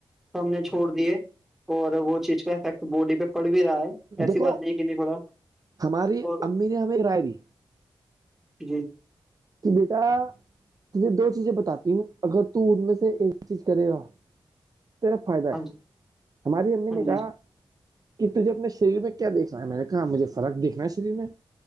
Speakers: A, in the centre; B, on the right.
A: تو ہم نے چھوڑ دیے اور وہ چیز کا افیکٹ باڈی پہ پڑ بھی رہا ہے- ایسی
B: دیکھو
A: بات نہیں ہے کہ نہیں پڑا
B: ہماری
A: اور
B: امی نے ہمیں ایک رائے دی
A: جی-
B: کہ بیٹا تجھے دو چیزیں بتاتی ہوں اگر تو ان میں سے ایک چیز کرے گا- تیرا فائدہ
A: ہاں
B: ہے
A: جی
B: ہماری امی نے
A: ہاں
B: کہا-
A: جی
B: کہ تجھے اپنے شریر میں کیا دیکھنا ہے میں نے کہا مجھے فرق دیکھنا ہے شریر میں-